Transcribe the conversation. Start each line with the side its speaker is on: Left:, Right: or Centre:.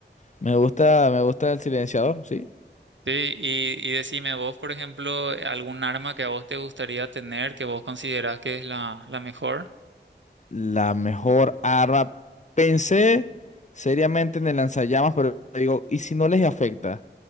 Left: Me gusta, me gusta el silenciador, sí.
Right: Sí, y, y decime vos, por ejemplo, algún arma que a vos te gustaría tener, que vos considerás que es la, la mejor.
Left: La mejor arma. Pensé seriamente en el lanzallamas, pero digo, ¿y si no les afecta?